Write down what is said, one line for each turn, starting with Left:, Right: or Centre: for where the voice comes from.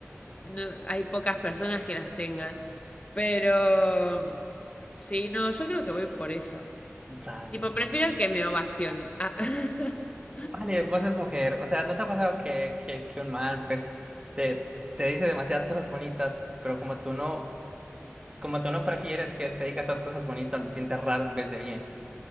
Left: no, hay pocas personas que las tengan. Pero... Sí, no, yo creo que voy por esa.
Right: dale,
Left: Tipo, prefiero que me ovacionen. Ah. <laughs>
Right: vale, vos sos mujer, o sea, ¿no te ha pasado que, que, que un man, pues, te, te dice demasiadas cosas bonitas, pero como tú no, como tú no prefieres que él te diga estas cosas bonitas, lo sientes raro en vez de bien,